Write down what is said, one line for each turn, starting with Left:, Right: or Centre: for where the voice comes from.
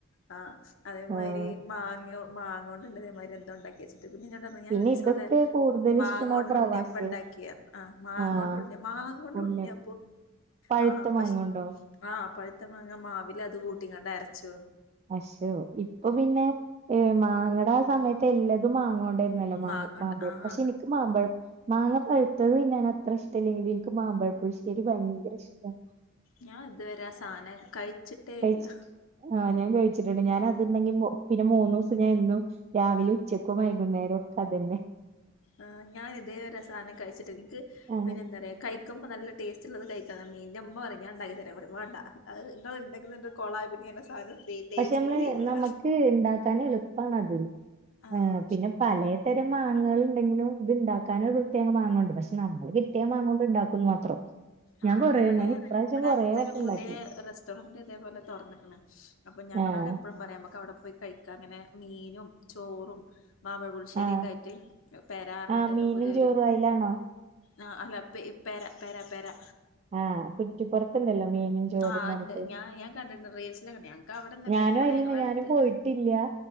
Left: ആ അതേമാരി
Right: ആഹ്
Left: മാങ്ങോ മാങ്ങോണ്ട് തേമാരി എന്തോ ഉണ്ടാക്കിയച്ചിന് പിന്നെന്നോട് പറഞ്ഞു ഞാനുരീസംവിടെ
Right: പിന്നെ ഇതൊക്കെ കൂടുതൽ
Left: മാങ്ങോണ്ട്
Right: ഇഷ്ടണ്ടാവ പ്രവാസികൾക്ക്
Left: ഉണ്ണിയപ്പ ഉണ്ടാക്കി ആ മാങ്ങ
Right: ആഹ്
Left: കൊണ്ട് മാങ്ങോണ്ട മാങ്ങോണ്ട്
Right: ഉണ്ണിയപ്പം
Left: ഉണ്ണിയ
Right: പഴുത്ത
Left: ആ പക്ഷെ
Right: മാങ്ങ കൊണ്ടോ
Left: ആ പഴുത്ത മാങ്ങ മാവിൽ അത് കൂട്ടികാണ്ട് അരച്ചു
Right: പശോ ഇപ്പൊ പിന്നെ ഏ മാങ്ങട ആ സമയത്ത് എല്ലാതും മാങ്ങോണ്ടായിരുന്നു മാങ്ങ
Left: മാങ്ങോണ്ട്
Right: മാമ്പഴം
Left: ആഹ്
Right: പക്ഷെ എനിക്ക് മാമ്പഴം മാങ്ങ പഴുത്തത് പിന്നെ ഞാൻ അത്ര ഇഷ്ടല്ലെനി ഇന്ക് മാമ്പയാ പുളിശ്ശേ ശരി ഭയങ്കര ഇഷ്റ്റാണ്
Left: ഞാ ഇതുവരെ ആ സാനം കഴിച്ചിട്ടേ
Right: കഴിച്ചിട്ട്
Left: ഇല്ല
Right: ആഹ് ഞാൻ കഴിച്ചിട്ടുണ്ട് ഞാന തുണ്ടെങ്കി പിന്നെ മൂന്നുസം ഞാൻ എന്നും രാവിലെ ഉച്ചക്കോ വൈകുന്നേരോ ഒക്കെ അതിനെ
Left: ആ ഞാനിതേ വരെ ആ സാധനം കഴിച്ചിട്ടില്ല എനിക്ക്
Right: ആഹ്
Left: പിന്നെ എന്താ പറയാ കഴ ക്കുമ്മ നല്ല ടേസ്റ്റ് ഉള്ളത് കഴിക്ക മീൻന്റെമ്മ പറഴും ഉണ്ടാക്കി തരാം വാണ്ട അത് നിങ്ങൾ ഉണ്ടെങ്കുന്നന്റെ <unintelligible> കോള ആയ പിന്നെ എന്റെ സാധനം ടേസ്റ്റേ
Right: പക്ഷെ നമ്മള്
Left: ചെയ്യൂല
Right: നമ്മുക്ക് ഇണ്ടാക്കാൻ എളുപ്പാണത്
Left: ആഹ്
Right: ആ് പിന്നെ പലെതരം മാങ്ങകൾ ഉണ്ടെങ്കിലും ഇത് ഉണ്ടാക്കാനൊ ഒരു പ്രത്യേക മാങ്ങ ഉണ്ട് പക്ഷെ നമ്മള് കിട്ടി മാങ്ങോണ്ട് ഉണ്ടാകുന്ന് മാത്രം
Left: ആഹ്
Right: ഞാ കുറെ
Left: ഇവിടെ
Right: ഞാൻ ഇപ്രാവശ്യം
Left: ഇവിടെ
Right: കൊറേ
Left: അടുത്തൊരു
Right: വട്ടം
Left: പുതിയ
Right: ഇണ്ടാക്കി
Left: റെസ്റ്റോറന്റ് ഇതേപോലെ തുറന്നേക്കണ് അപ്പൊ ഞങ്ങളവിടെ
Right: ആഹ്
Left: എപ്പഴും പറയാ ഞമ്മക്കവിടെ പോയി കഴിക്കാ അങ്ങനെ മീനും ചോറും മാമ്പയാപുളശ്ശേരിക്കെ
Right: ആഹ്
Left: ആയിറ്റ് പെരാറിഞ്ഞിട്ട്
Right: ആഹ് മീനും
Left: പുതിയൊരു
Right: ചോറും അയിലാണോ
Left: ആഹ അല്ല പെരാ പെരാ പെരാ
Right: ആഹ കുറ്റിപ്പുറത്ത്ണ്ടല്ലോ മീനും ചോറും
Left: ആഹ്
Right: പറഞ്ഞിട്ട്
Left: ഉണ്ട് ഞാൻ ഞാൻ കണ്ടിട്ടുണ്ട് റീൽസിലൊക്കെ ഞങ്ങക്ക് അവിടെന്നല്ല
Right: ഞാനും
Left: ഞങ്ങക്ക് ഇവിടെ
Right: അയിലെന്നെ
Left: ഞങ്ങളെ
Right: ഞാനും
Left: അടുത്ത്
Right: പോയിട്ടില്ല